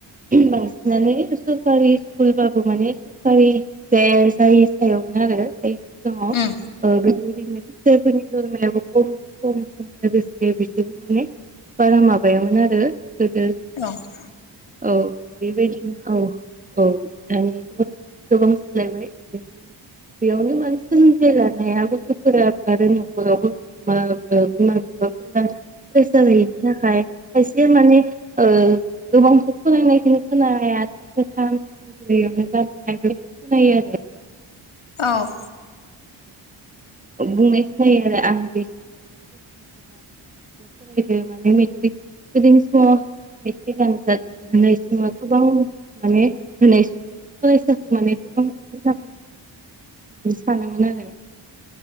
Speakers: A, on the right (about 15°); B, on the left (about 75°).
A: बांसिनानो सरखारि स्कुलबाबो माने सरखारि जा जाय सायावमोन आरो जाज सिगाङाव
B: औ
A: ओ बेबायदिनो सियारफोरनि दरमायाबो खम खममोन लोगोसे बेसेबो माने बारा माबायामोन आरो गोदो
B: औ
A: औ बेबायदिनो औ औ आंनियाथ' गोबां सोलायबाय बेनिफ्राय बेयावनो मानसि सोलोंथाइ लानाया गथ'फोरा आरो नखरावबो बिमा बिफाफोरा फैसा गैयैनि थाखाय खायसे माने ओ गोबांखौ फरायनायखौनो खोनाया थाखोथाम दैयावनो गारबोनाय बेबायदि खोनायो आरो
B: औ
A: औ बुंनायसो जायो आरो आं <unintelligible> फरायो माने मेट्रिक गोदोनि समाव बे आनजाद होनाय सम गोबां माने होनाय सम फरायसाखौ माने गोबां <unintelligible> होननानै सानोमोन आरो